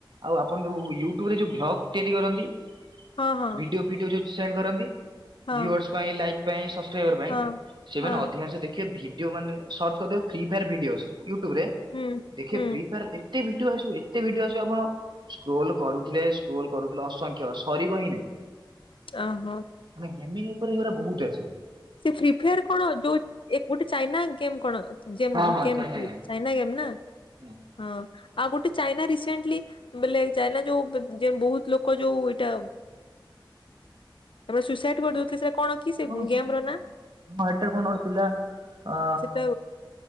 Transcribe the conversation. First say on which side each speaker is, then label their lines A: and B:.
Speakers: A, on the right; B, on the left.
A: ଆଉ ଆପଣ ଯୋଉ ୟୁଟୁବ ରେ ଯୋଉ ଭ୍ଲଗ ତିଆରି କରନ୍ତି।
B: ହଁ ହଁ
A: ଭିଡିଓ ଫିଡିଓ ଯୋଉ ସେଣ୍ଡ କରନ୍ତି
B: ହଁ
A: ଭିଓର୍ସ ପାଇଁ ଲାଇକ୍ ପାଇଁ ସବସ୍କାଇବର୍ ପାଇଁ
B: ହଁ।
A: ସେମାନେ
B: ହଁ
A: ଅଧିକାଂଶ ଦେଖିବେ ଭିଡିଓ ମାନେ ସର୍ଚ କରିଦେବେ ଫି ଫାୟର ଭିଡିଓ ୟୁଟୁବ ରେ।
B: ହୁଁ
A: ଦେଖିବେ
B: ହୁଁ
A: ଫ୍ରି ଫାୟାର ଏତେ ଭିଡିଓ ଆସିବ ଏତେ ଭିଡିଓ ଆସିବ ଆପଣ ସ୍କ୍ରୋଲ କରୁଥିଲେ ସ୍କ୍ରୋଲ କରୁଥିଲେ ଅସଂଖ୍ୟ ସରିବ ହିଁ ନାଇଁ।
B: ଅ ହଁ
A: ମାନେ ଗେମିଙ୍ଗ ଉପରେ ଏଗୁରା ବହୁତ ଆସେ।
B: ସେ ଫ୍ରି ଫାୟାର କଣ ଯୋଉ ଗୋଟେ ଚାଇନା ଗେମ୍ କଣ ଯେମ
A: ହଁ ହଁ
B: କେମତି?
A: ଚାଇନା ଗେମ୍
B: ନାଇ ଗେମ୍ ନା।
A: ହୁଁ
B: ହଁ ଆଉ ଗୋଟେ ଚାଇନା ରିସେଣ୍ଟଲି ବେଲେ ଚାଇନା ଯୋଉ ଯେ ବହୁତ ଲୋକ ଯୋଉ ଏଇଟା ମ ସୁସାଇଡ କରିଦଉଥିଲେ ସେଟା କଣ କି ସେ
A: ହଁ ସେଟା
B: ଗେମ ର
A: ହଁ
B: ନା
A: ଏଟା କଣ ଗୋଟେ ଥିଲା ଅ
B: ସେଟା